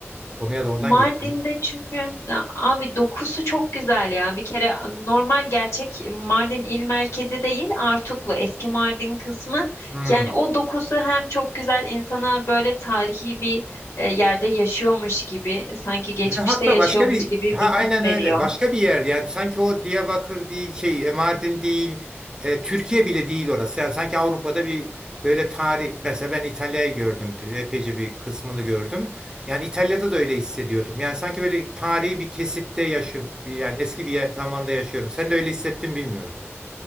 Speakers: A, on the right; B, on the left.
A: Konuya da oradan
B: Mardin'de
A: girdin.
B: çünkü ya abi dokusu çok güzel ya. Bir kere normal gerçek Mardin il merkezi değil, Artuklu eski Mardin kısmı.
A: Hmm.
B: Yani o dokusu hem çok güzel insana böyle tarihi bir e, yerde yaşıyormuş gibi, sanki geçmişte
A: Ve hatta
B: yaşıyormuş
A: başka bir
B: gibi
A: ha
B: bir
A: aynen
B: his veriyor.
A: öyle başka bir yer yani sanki o Diyarbakır değil şey e, Mardin değil e, Türkiye bile değil orası yani sanki Avrupa'da bir böyle tarih mesela ben İtalya'yı gördüm epeyce bir kısmını gördüm yani İtalya'da da öyle hissediyordum yani sanki böyle tarihi bir kesitte yaşıyorum bir- yani eski bir yer- zamanda yaşıyorum sen de öyle hissettin bilmiyorum.